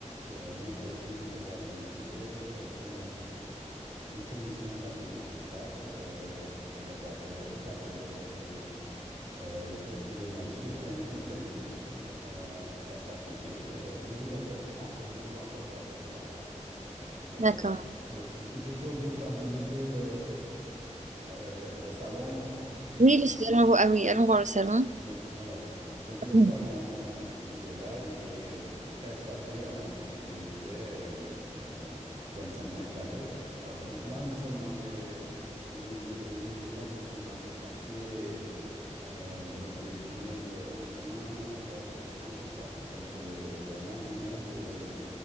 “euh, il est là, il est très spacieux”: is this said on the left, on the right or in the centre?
Right